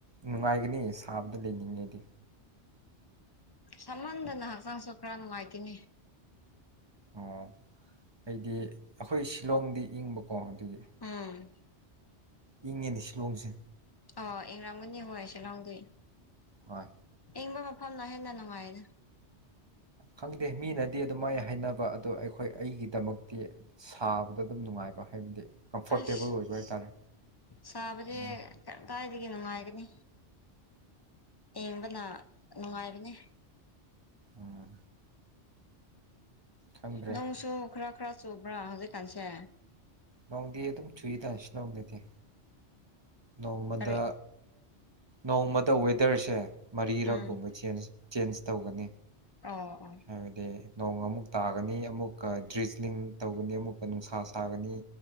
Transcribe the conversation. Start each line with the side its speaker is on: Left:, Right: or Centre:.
Right: ꯅꯨꯡꯉꯥꯏꯒꯅꯤ ꯁꯥꯕꯗ ꯂꯩꯅꯤꯡꯉꯦ ꯑꯩꯗꯤ
Left: ꯁꯃꯟꯗꯅ ꯍꯛꯆꯥꯡꯁꯨ ꯈꯔ ꯅꯨꯡꯉꯥꯏꯇꯦꯅꯦ
Right: ꯑꯣ ꯑꯩꯗꯤ ꯑꯩꯈꯣꯏ ꯁꯤꯂꯣꯡꯗꯤ ꯏꯪꯕꯀꯣ ꯑꯗꯨꯗꯤ
Left: ꯎꯝ
Right: ꯏꯪꯉꯤꯅꯦ ꯁꯤꯂꯣꯡꯁꯦ
Left: ꯑꯣ ꯏꯪꯔꯥꯝꯒꯅꯤ ꯍꯣꯏ ꯁꯤ ꯂꯣꯡꯗꯤ
Right: ꯍꯣꯏ
Left: ꯑꯥꯏꯪꯕ ꯃꯐꯝꯅ ꯍꯦꯟꯅ ꯅꯨꯡꯉꯥꯏꯗꯥ
Right: ꯈꯪꯗꯦ ꯃꯤꯅꯗꯤ ꯑꯗꯨꯃꯥꯏꯅ ꯍꯥꯏꯅꯕ ꯑꯗꯣ ꯑꯩꯈꯣꯏ ꯑꯩꯒꯤꯗꯃꯛꯇꯤ ꯁꯥꯕꯗꯣ ꯑꯗꯨꯝ ꯅꯨꯡꯉꯥꯏꯕ ꯍꯥꯏꯕꯗꯤ ꯀꯝꯐꯣꯔꯇꯦꯕꯜ
Left: ꯑꯁ
Right: ꯑꯣꯏꯕ ꯍꯥꯏꯇꯥꯔꯦ
Left: ꯁꯥꯕꯗꯤ
Right: ꯎꯝ
Left: ꯀꯗꯥꯏꯗꯒꯤ ꯅꯨꯡꯉꯥꯏꯒꯅꯤ ꯑꯦꯡꯕꯅ ꯅꯨꯡꯉꯥꯏꯕꯅꯤ
Right: ꯎꯝ ꯈꯪꯗ꯭ꯔꯦ
Left: ꯅꯣꯡꯁꯨ ꯈꯔ ꯈꯔ ꯆꯨꯕ꯭ꯔꯥ ꯍꯧꯖꯤꯛꯀꯥꯟꯁꯦ
Right: ꯅꯣꯡꯗꯤ ꯑꯗꯨꯝ ꯆꯨꯏꯗ ꯁꯤꯂꯣꯡꯗꯗꯤ ꯅꯣꯡꯃꯗ
Left: ꯀꯔꯤ
Right: ꯅꯣꯡꯃꯗ ꯋꯦꯗꯔꯁꯦ ꯃꯔꯤꯔꯛꯒꯨꯝꯕ
Left: ꯎꯝ
Right: ꯆꯦꯟꯖ ꯆꯦꯟꯖ ꯇꯧꯒꯅꯦ
Left: ꯑꯧ ꯑꯣ
Right: ꯍꯥꯏꯕꯗꯤ ꯅꯣꯡ ꯑꯃꯨꯛ ꯇꯥꯒꯅꯤ ꯑꯃꯨꯛꯀ ꯗ꯭ꯔꯤꯖꯂꯤꯡ ꯇꯧꯒꯅꯤ ꯑꯃꯨꯛꯀ ꯅꯨꯡꯁꯥ ꯁꯥꯒꯅꯤ